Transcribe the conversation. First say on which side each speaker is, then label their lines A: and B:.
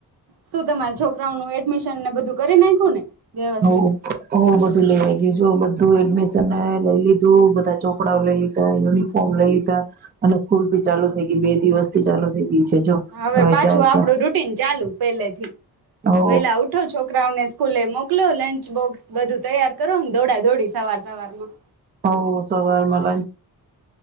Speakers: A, on the right; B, on the right.
A: શું તમારા છોકરાઓ નું એડમિશન ને બધું કરી નાખ્યું ને વ્યવસ્થિત
B: બવ બધું લેવાય ગયુ. બધું એડમિશન લઈ લીધું બધા ચોપડાઓ લઈ લીધા યુનિોર્મ લઈ લીધા. અને સ્કૂલ ભી ચાલુ થઈ ગઈ બે દિવસ થી ચાલુ થઈ ગઈ છે જો
A: હવે પાછું
B: જાય
A: આપડું
B: છે
A: રૂટીન ચાલુ પેલેથી
B: ઓ
A: વેલા ઉઠો છોકરાઓને સ્કૂલે મોક મોકલો લંચ બોક્સ બધું તૈયાર કરો ને દોડા દોડી સવાર સવાર માં
B: હો સવારમાં